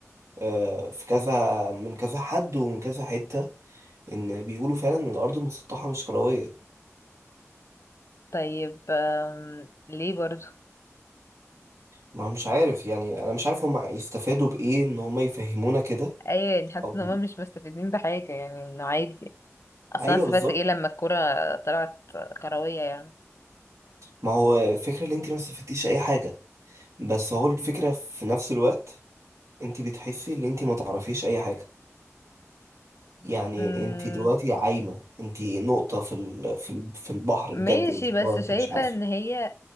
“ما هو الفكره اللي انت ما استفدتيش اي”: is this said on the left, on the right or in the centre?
Right